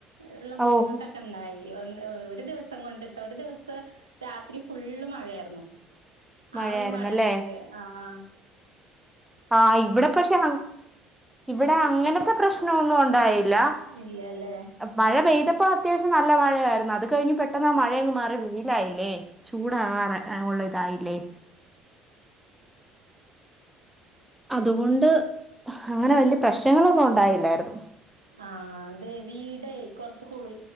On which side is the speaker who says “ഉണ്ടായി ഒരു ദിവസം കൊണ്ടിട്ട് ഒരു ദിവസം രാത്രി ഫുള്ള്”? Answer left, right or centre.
Right